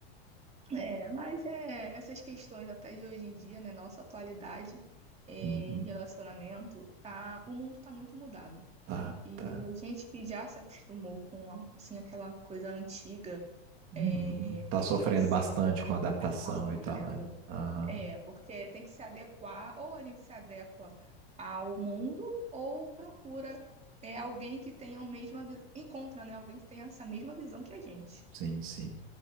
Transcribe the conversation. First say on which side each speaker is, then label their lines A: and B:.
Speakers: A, on the right (about 20°); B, on the right (about 40°).
A: É, <laughs> mas é, essas questões até de hoje em dia, né, nossa atualidade é,
B: Uhum.
A: em relacionamento, tá, o mundo tá muito mudado.
B: Tá,
A: E
B: tá.
A: a gente que já se acostumou com a- assim aquela coisa antiga
B: Uhum.
A: é,
B: Tá
A: de
B: sofrendo
A: conhecer
B: bastante
A: quando
B: com a adaptação
A: tá, tá sofrendo.
B: e tal, né? Aham,
A: É, porque tem que se adequar, ou a gente se adequa ao mundo, ou procura é, alguém que tenha a mesma, vi- encontra, né, alguém que tenha essa mesma visão que a gente.
B: sim, sim.